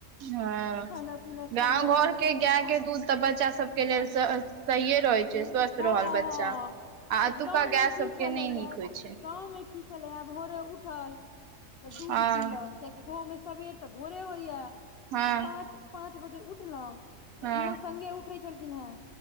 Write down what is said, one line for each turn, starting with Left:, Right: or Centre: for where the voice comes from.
Right: हँ
Left: खाना पीना
Right: गाँव
Left: खेनाइ
Right: घर
Left: बिसरि
Right: केँ गाय
Left: गेल छै
Right: केँ दूध तऽ बच्चा सबकेँ लेल सही इए रहैत
Left: हँ
Right: छै स्वस्थ
Left: हँ
Right: रहल बच्चा आ
Left: आब
Right: अतुका
Left: गाँवमे
Right: गाय
Left: की
Right: सबकेँ
Left: छलैया
Right: नहि नीक होइत छैक
Left: गाँव मे की भोरे उठल तऽ दूध
Right: हँ
Left: पीलक कियकि गाँव में सबेर तऽ भोरे होइया
Right: हँ
Left: तऽ पाँच पाँच बजे उठलहु तऽ
Right: हँ
Left: इहो सङ्गे उठै छलखिन हेँ